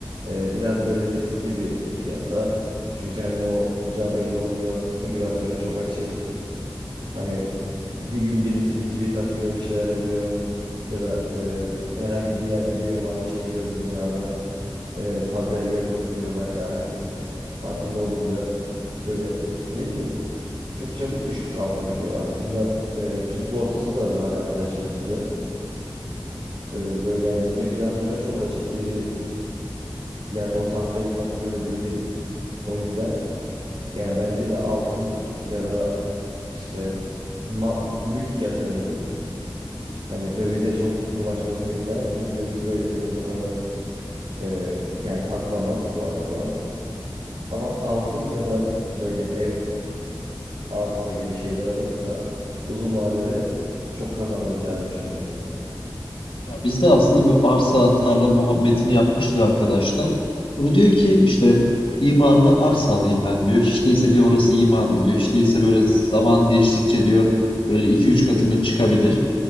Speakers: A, on the right; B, on the left.
A: e, biraz böyle riskli bir piyasa. Çünkü hani ne olacağı belli olmuyor. Spekülasyona çok açık. Hani bir gün birisi bir tweet atıyor, bir şeyler oluyor ya da e, herhangi bir yerde bir olay çıkıyor dünyada e, haberi yapılıyor bayağı herkes farkında olunca böyle ne bileyim çok çabuk düşüp kalkabiliyor. Aslında e, Türk borsası da buna benzer şekilde e, böyle yani spekülasyona çok açık. Biri yani o tahtayı kontrol edebilir. O yüzden yani bence de altın ya da işte ma- mülk yatırımı diyeyim. Hani dövize çok bulaşmasını istemem çünkü döviz böyle senin paranı e, yani katlamaz kolay kolay. Ama altın ya da böyle ev, arsa gibi şeyler alırsa uzun vadede çok kazandıracağını düşünüyorum.
B: Ya biz de aslında bir arsa tarla muhabbetini yapmıştık arkadaşlar. Bu diyor ki işte imarlı arsa alayım ben diyor. Hiç değilse diyor orası imarlı diyor. Hiç değilse böyle zaman geçtikçe diyor böyle iki üç katını çıkabilir.